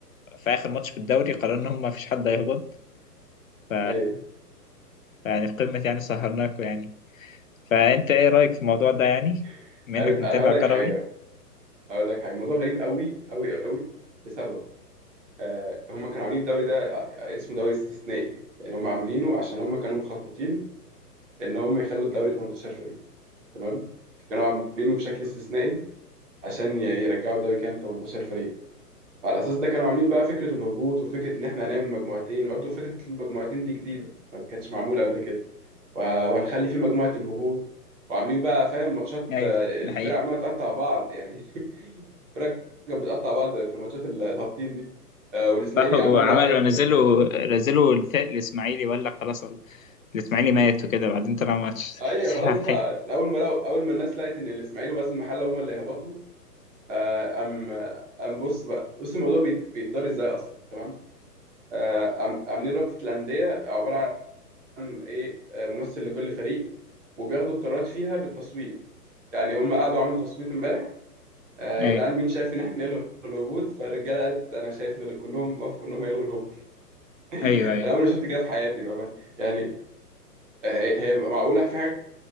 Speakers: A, on the left; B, in the centre.
A: في اخر ماتش في الدوري قرروا ان هم مفيش حد هيهبط ف
B: ايوه
A: يعني قمة يعني سهرناكوا يعني فأنت إيه رأيك في الموضوع ده يعني
B: <laughs>
A: بما إنك
B: انا
A: متابع
B: هقول لك
A: كروي
B: حاجه هقول لك حاجه الموضوع غريب قوي قوي قوي لسبب آه هم كانوا عاملين الدوري ده ع- اسمه دوري استثنائي يعني هم عاملينه عشان هم كانوا مخططين ان هم يخلوا الدوري 18 فريق تمام فكانوا عاملينه بشكل استثنائي عشان ي- يرجعوا الدوري كام 18 فريق فعلى اساس ده كانوا عاملين بقى فكره الهبوط وفكره ان احنا هنعمل مجموعتين برضه فكره المجموعتين دي جديده ما كانتش معموله قبل كده و- وهنخلي في مجموعة الهبوط وعاملين بقى فاهم ماتشات
A: ايوه
B: آه، الفرق
A: ده حقيقة
B: عمالة تقطع بعض يعني <laughs> الفرق كانت بتقطع بعض في الماتشات ال- الهابطين دي آه، والاسماعيلي
A: صح وعملوا
B: عمال يعيط
A: نزلوا
B: وجماهير
A: نزلوا الفئة الإسماعيلي ولا خلاص ال- الإسماعيلي مات وكده بعدين طلع ماتش <laughs>
B: ايوه خلاص بقى
A: حي.
B: اول ما لو اول ما الناس لقت ان الاسماعيلي وغزل المحله هم اللي هبطوا آه، ام ام بص بقى بص الموضوع بيت- بيتدار ازاي اصلا تمام آه، عم- عاملين رابطه الانديه عباره عن ايه آه، ممثل لكل فريق وبياخدوا القرارات فيها بالتصويت يعني هم قعدوا عملوا تصويت امبارح آه يا
A: ايوه
B: جدعان مين شايف ان احنا نلغي الهبوط فالرجاله قالت انا شايف ان كلهم وافقوا انهم يلغوا الهبوط <laughs>
A: ايوه ايوه
B: انا عمري ما شفت كده في حياتي بامانه يعني آه، هي معقوله في حاجه